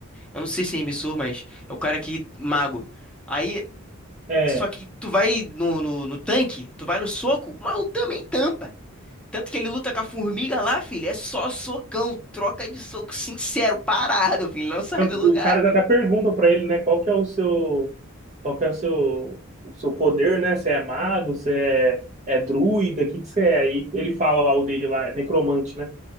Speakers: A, in the centre; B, on the right.
A: Eu não sei se é emissor, mas é o cara que mago. Aí,
B: é,
A: só que tu vai no, no, no tanque, tu vai no soco, o maluco também tampa. Tanto que ele luta com a formiga lá, filho, é só socão, troca de soco sincero, parado, filho, não sai
B: tanto-
A: do lugar.
B: os caras até perguntam pra ele, né, qual que é o seu, qual que é o seu, o seu poder, né? Você é mago, você é, é druida, o que que você é? Aí ele fala lá o dele lá, é necromante, né?